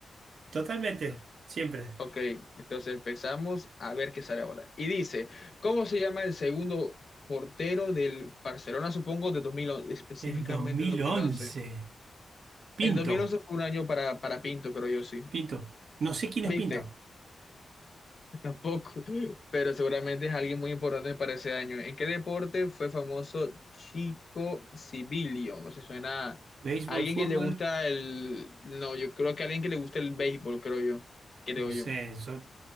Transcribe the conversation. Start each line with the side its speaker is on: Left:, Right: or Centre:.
Right: totalmente, siempre.
Left: Ok, entonces empezamos a ver qué sale ahora. Y dice, ¿cómo se llama el segundo portero del Barcelona, supongo, de 2011, específicamente
Right: El dos mil
Left: dos
Right: once,
Left: mil once?
Right: Pinto,
Left: El 2011 fue un año para, para Pinto, creo yo, sí.
Right: Pinto. No sé quién
Left: ¿Viste?
Right: es Pinto.
Left: <laughs> Tampoco, pero seguramente es alguien muy importante para ese año. ¿En qué deporte fue famoso Chico Civilio? No se suena a
Right: Béisbol,
Left: alguien
Right: fútbol,
Left: que le gusta el... No, yo creo que alguien que le gusta el béisbol, creo yo. Creo
Right: no sé,
Left: yo.
Right: eso,